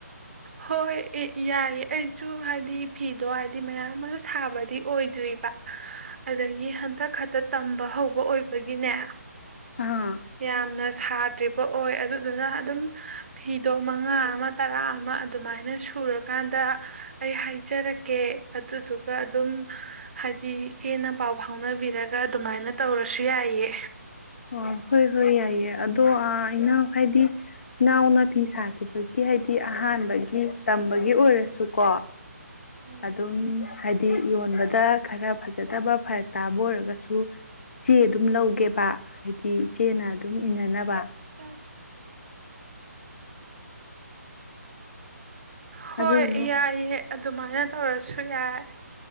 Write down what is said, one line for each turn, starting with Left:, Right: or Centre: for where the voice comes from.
Right: ꯍꯣꯏ ꯌꯥꯏꯌꯦ ꯑꯩꯖꯨ ꯍꯥꯏꯗꯤ ꯐꯤꯗꯣ ꯍꯥꯏꯗꯤ ꯃꯌꯥꯝ ꯑꯃ ꯁꯥꯕꯗꯤ ꯑꯣꯏꯗ꯭ꯔꯤꯕ ꯑꯗꯒꯤ ꯍꯟꯇꯛ ꯈꯛꯇ ꯇꯝꯕ ꯍꯧꯕ ꯑꯣꯏꯕꯒꯤꯅꯦ
Left: ꯑꯥ
Right: ꯌꯥꯝꯅ ꯁꯥ ꯑꯣꯏ ꯑꯗꯨꯗꯨꯅ ꯑꯗꯨꯝ ꯐꯤꯗꯣ ꯃꯉꯥ ꯑꯃ ꯇꯔꯥ ꯑꯃ ꯃꯥꯏꯅ ꯁꯨꯔꯀꯥꯟꯗ ꯑꯩ ꯍꯥꯏꯖꯔꯛꯀꯦ ꯑꯗꯨꯗꯨꯒ ꯑꯗꯨꯝ ꯍꯥꯏꯗꯤ ꯏꯆꯦꯅ ꯄꯥꯎ ꯐꯥꯎꯅꯕꯤꯔꯒ ꯈꯔ ꯑꯗꯨꯃꯥꯏꯅ ꯇꯧꯔꯁꯨ ꯌꯥꯏꯌꯦ
Left: ꯑꯣ ꯍꯣꯏ ꯍꯣꯏ ꯌꯥꯏꯌꯦ ꯑꯗꯣ ꯑ ꯏꯅꯥꯎ ꯍꯥꯏꯗꯤ ꯏꯅꯥꯎꯅ ꯐꯤ ꯁꯥꯈꯤꯕꯒꯤ ꯍꯥꯏꯗꯤ ꯑꯍꯥꯟꯕꯒꯤ ꯇꯝꯕꯒꯤ ꯑꯣꯏꯔꯁꯨꯀꯣ
Right: ꯎꯝ
Left: ꯑꯗꯨꯝ ꯍꯥꯏꯗꯤ ꯌꯣꯟꯕꯗ ꯈꯔ ꯐꯖꯗꯕ ꯐꯔꯛ ꯇꯥꯕ ꯑꯣꯏꯔꯒꯁꯨ ꯆꯦ ꯑꯗꯨꯝ ꯂꯧꯒꯦꯕ ꯍꯥꯏ ꯗꯤ ꯏꯆꯦꯅ ꯑꯗꯨꯝ ꯏꯟꯅꯅꯕ
Right: ꯆꯥꯗ꯭ꯔꯤ ꯍꯣꯏ
Left: ꯑꯗꯨꯗꯣ
Right: ꯌꯥꯏꯌꯦ ꯑꯗꯨꯃꯥꯏꯅ ꯇꯧꯔꯁꯨ ꯌꯥꯏ